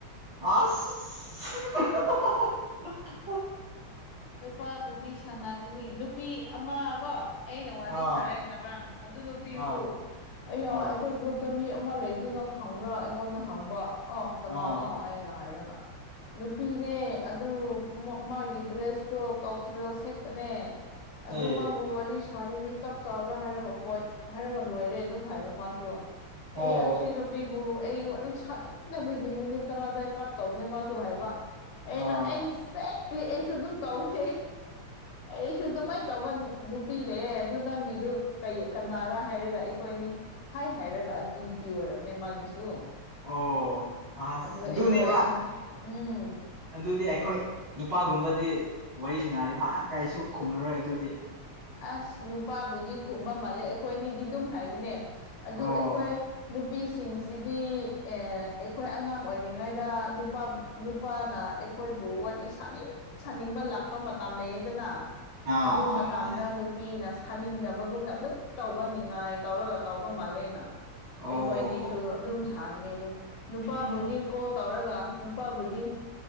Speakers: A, on the right; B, on the left.
A: ꯑ
B: ꯅꯨꯄꯥꯕꯨꯒꯤ ꯁꯥꯟꯅꯒꯅꯤ ꯅꯨꯄꯤ ꯑꯃ ꯀꯣ ꯑꯩꯅ ꯋꯥꯔꯤ
A: ꯑꯥ
B: ꯁꯥꯏꯑꯦ ꯉꯔꯥꯡ ꯑꯗꯨ ꯅꯨꯄꯤꯁꯨ
A: ꯑꯥ
B: ꯑ
A: ꯑꯥ
B: ꯑꯩꯈꯣꯏ ꯒ꯭ꯔꯨꯞ ꯑ ꯗ ꯃꯤ ꯑꯃ ꯂꯩꯕꯗꯨ ꯅꯪ ꯈꯪꯕ꯭ꯔꯥ ꯑꯩꯉꯣꯟꯗ ꯍꯪꯕ ꯑꯥꯎ ꯀꯅꯥꯅꯣ
A: ꯑꯥ
B: ꯑꯩꯅ ꯍꯥꯏꯔꯒ ꯅꯨꯄꯤꯅꯦ ꯑꯗꯨ ꯃꯥꯒꯤ ꯗ꯭ꯔꯦꯁꯇꯣ ꯀꯜꯆꯔꯦꯜ ꯁꯦꯠꯄꯅꯦ ꯑꯗꯨ
A: ꯑꯦ
B: ꯃꯥꯕꯨ ꯋꯥꯔꯤ ꯊꯥꯁꯤꯗꯤ ꯆꯥꯛ ꯆꯥꯕ꯭ꯔꯥ ꯍꯥꯏꯔꯒ ꯍꯣꯏ ꯍꯥꯏꯔꯒ ꯂꯣꯏꯔꯦ ꯑꯗꯨꯝ ꯍꯥꯏꯕ ꯃꯥꯁꯨ ꯑꯩ
A: ꯑꯣ
B: ꯆꯅ ꯅꯨꯄꯤꯕꯨ ꯑꯩ ꯋꯥꯔꯤ ꯁꯥꯅꯤꯡꯗꯕꯒꯤ ꯃꯤꯅꯤꯠ ꯇꯔꯥꯗꯗꯥꯏ ꯀꯠ ꯇꯧꯕꯅꯦ ꯃꯥꯁꯨ ꯍꯥꯏꯕ ꯑꯩꯅ
A: ꯑꯥ
B: ꯑꯦꯛꯖꯦꯛꯂꯤ ꯑꯩꯁꯨ ꯑꯗꯨꯝ ꯇꯧꯁꯦ ꯑꯩꯁꯨꯨꯗ ꯃꯥꯏ ꯇꯣꯃ ꯅꯨꯄꯤ ꯂꯩꯌꯦꯦꯑꯗꯨ ꯅꯪꯒꯤꯗꯨ ꯀ ꯀꯅꯥꯔ ꯍꯥꯏꯔꯒ ꯑꯩꯈꯣꯏꯅꯤ ꯍꯥꯏ ꯍꯥꯏꯔꯒ ꯑꯗꯨ ꯅꯨꯄꯤ ꯑꯣꯏꯔꯝꯃꯦ ꯃꯥꯒꯤꯁꯨ
A: ꯑꯣ ꯑꯁ
B: ꯑꯗꯨ
A: ꯑꯗꯨꯅꯦꯕ
B: ꯑꯩꯈꯣꯏꯅꯤ ꯎꯝ
A: ꯑꯗꯨꯗꯤ ꯑꯩꯈꯣꯏ ꯅꯨꯄꯥꯒꯨꯝꯕꯗꯤ ꯋꯥꯔꯤ ꯁꯥꯟꯅꯔꯤ ꯃꯥ ꯀꯥꯏꯁꯨ ꯈꯨꯝꯅꯔꯣꯏ ꯑꯗꯨꯗꯤ
B: ꯑꯁ ꯅꯨꯄꯥꯕꯨꯗꯤ ꯈꯨꯝꯕ ꯃꯥꯜꯂꯦ ꯑꯩꯈꯣꯏꯅꯤꯗꯤ ꯑꯗꯨꯝ ꯍꯥꯏꯔꯤꯅꯦ ꯑꯗꯨ
A: ꯑꯣ
B: ꯑꯩꯈꯣꯏ ꯅꯨꯄꯤꯁꯤꯡꯁꯤꯗꯤ ꯑꯩꯈꯣꯏ ꯑꯉꯥꯡ ꯑꯣꯏꯔꯤꯉꯩꯗ ꯅꯨꯄꯥ ꯅꯨꯄꯥꯅ ꯑꯩꯈꯣꯏꯕꯨ ꯋꯥꯔꯤ ꯁꯥꯅꯤꯡ ꯁꯥꯅꯤꯡꯕ ꯂꯥꯛꯄ ꯃꯇꯝ ꯂꯩꯌꯦꯗꯅ
A: ꯑꯥ
B: ꯑ
A: ꯑꯥ
B: ꯃ
A: ꯃꯥꯅꯦ
B: ꯅꯨꯄꯤꯅ ꯁꯥꯅꯤꯡꯗꯕꯒꯨꯝꯅ ꯑꯗꯨꯝ ꯇꯧꯕ ꯉꯥꯏ ꯇꯧꯔꯒ ꯇꯧꯕ ꯃꯥꯜꯂꯦꯅ
A: ꯑꯣ
B: ꯑꯩꯈꯣꯏꯅꯤꯁꯨ
A: ꯑꯣ
B: ꯑꯗꯨꯝ ꯁꯥꯕꯅꯤ ꯑꯗꯨꯗ ꯅꯨꯄꯥꯕꯨꯗꯤ
A: ꯎꯝ
B: ꯀꯣ ꯇꯧꯔꯒ ꯅꯨꯄꯥꯕꯨꯗꯤ